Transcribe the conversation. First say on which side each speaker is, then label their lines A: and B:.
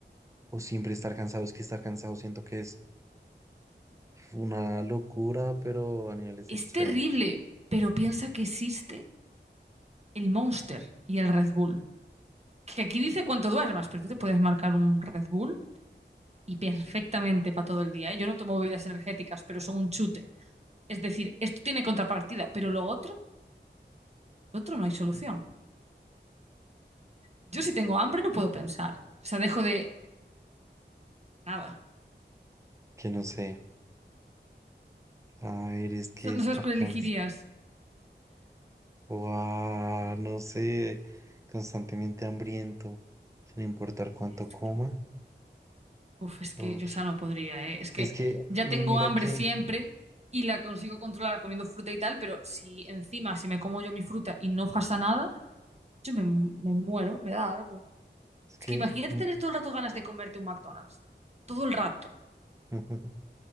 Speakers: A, on the right (about 15°); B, on the right (about 35°).
A: o siempre estar cansado. Es que estar cansado siento que es una locura, pero a niveles
B: Es
A: extremos.
B: terrible, pero piensa que existe el Monster y el Red Bull. Que aquí dice cuánto duermas, pero tú te puedes marcar un Red Bull y perfectamente para todo el día, ¿eh? Yo no tomo bebidas energéticas, pero son un chute. Es decir, esto tiene contrapartida, pero lo otro, lo otro no hay solución. Yo si tengo hambre no puedo pensar. O sea, dejo de nada.
A: Que no sé. A ver, es que
B: No sab-
A: estar
B: no sabes cuál
A: cansado.
B: elegirías.
A: Guau, no sé, constantemente hambriento, sin importar cuánto
B: Es
A: coma.
B: que, uf, es
A: Uf.
B: que yo ya no podría, ¿eh? Es que
A: Es que,
B: ya
A: mi-
B: tengo
A: mira
B: hambre
A: que,
B: siempre y la consigo controlar comiendo fruta y tal, pero si encima, si me como yo mi fruta y no pasa nada, yo me, me muero, me da algo.
A: es que,
B: Es que imagínate tener todo el rato ganas de comerte un McDonald's. Todo el rato.
A: <laughs>